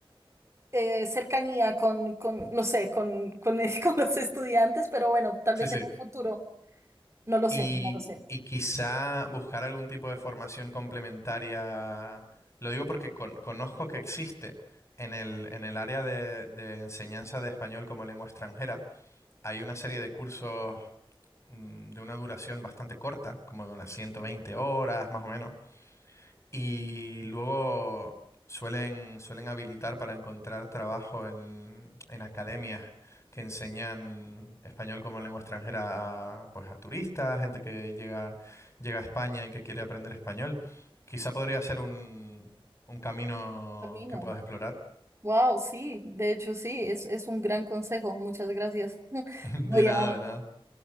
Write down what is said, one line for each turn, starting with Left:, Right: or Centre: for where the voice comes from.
Right: eh, cercanía con, con, no sé, con, con, el- <laughs> con los estudiantes, pero bueno, tal
Left: Sí,
Right: vez
Left: sí.
Right: en un futuro, no lo
Left: Y,
Right: sé, no lo sé.
Left: y quizá buscar algún tipo de formación complementaria. Lo digo porque con- conozco que existe en el, en el área de, de enseñanza de español como lengua extranjera. Hay una serie de cursos mm, de una duración bastante corta, como de unas 120 horas más o menos, Y luego suelen, suelen habilitar para encontrar trabajo en, en academias que enseñan español como lengua extranjera a, pues a turistas, gente que llega, llega a España y que quiere aprender español. Quizá podría ser un, un camino
Right: A mí no.
Left: que puedas explorar.
Right: Wow, sí, de hecho sí, es, es un gran consejo. Muchas gracias. <laughs>
Left: <laughs>
Right: Voy
Left: De nada,
Right: a...
Left: de nada.